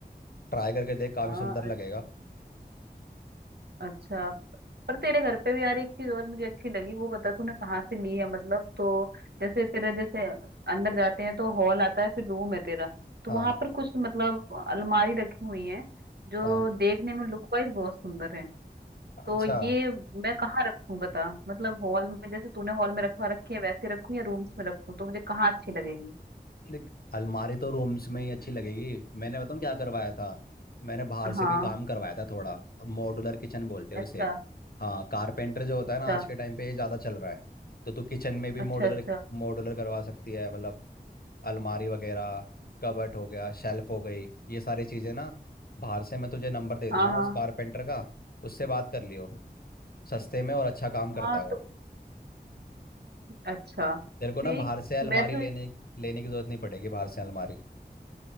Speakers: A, on the left; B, on the right.
A: ट्राई करके देख काफी
B: हाँ
A: सुंदर लगेगा
B: अ- अच्छा पर तेरे घर पे भी यार एक चीज और मुझे अच्छी लगी वो बता तूने कहाँ से ली है मतलब तो जैसे तेरा जैसे अंदर जाते हैं तो हॉल आता है फिर रूम है तेरा तो
A: हाँ
B: वहां पर कुछ मतलब अलमारी रखी हुई है जो
A: हाँ
B: देखने में लुक वाइज बहुत सुंदर है
A: अच्छा
B: तो ये मैं कहाँ रखूं बता मतलब हॉल में जैसे तूने हॉल में रखवा रखी है वैसे रखूं या रूम्स में रखूं तो मुझे कहाँ अच्छी लगेगी
A: देख अलमारी तो रूम्स में ही अच्छी लगेगी मैंने बताऊँ क्या करवाया था मैंने बाहर से
B: हाँ
A: भी काम करवाया था थोड़ा मॉड्यूलर किचन बोलते हैं
B: अच्छा
A: उसे हाँ कारपेंटर जो होता
B: अच्छा
A: है ना आज के टाइम पे ये ज़्यादा चल रहा है तो तू किचन में भी मॉड्यूलर
B: अच्छा अच्छा
A: मॉड्यूलर करवा सकती है मतलब अलमारी वगैरह कबट हो गया शेल्फ हो गई ये सारी चीज़ें ना बाहर से मैं तुझे नंबर दे दूंगा
B: हाँ हाँ
A: उस कारपेंटर का उससे बात कर लियो सस्ते में और अच्छा काम करता
B: हाँ
A: है वो
B: तो अच्छा तो
A: तेरे को ना
B: यही
A: बाहर से अलमारी
B: बैठे
A: लेने
B: हुए
A: लेने की जरूरत नहीं पड़ेगी बाहर से अलमारी